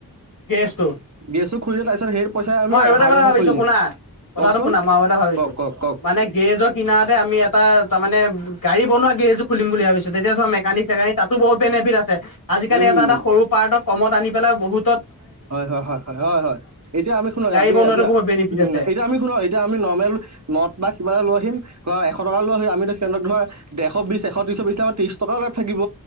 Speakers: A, on the left; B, on the right.
A: গেৰেজটো
B: গেছো খুলিলো তাৰ পিছত সেই পইচা আমি
A: মই আৰু এটা
B: হাৰাৰ
A: কথা
B: এখন
A: ভাবিছো
B: খুলি দিম।
A: শুনা কথাটো
B: কওকচোন
A: শুনাম আৰু এটা ভাবিছো
B: কওক, কওক, কওক
A: মানে গেজৰ কিনাৰতে আমি এটা তাৰমানে। গাড়ী বনোৱা গেজ জো খুলিম বুলি ভাবিছো। তেতিয়া ধৰ মেকানিক চেকানিক তাতো বহুত বেনিফিট আছে আজিকালি
B: উম,
A: এটা এটা সৰু পাৰ্টত কম আনি পেলাই বহুত।
B: হয় হয় হয় হয় হয় হয় এতিয়া আমি শুনো আ
A: গাড়ী
B: আ
A: বনোৱাতো বহুত বেনিফিট
B: উ
A: আছে
B: এতিয়া আমি শুনো এতিয়া আমি নৰ্মেল। নট বা কিবা এটা লৈ আহিম ঘৰত এ। ছ টকা লৈ হয় আমি সহঁত ধৰশ বিশ এশত্ৰিচ বিশ আমাৰ ত্ৰি টকাত থাকিব।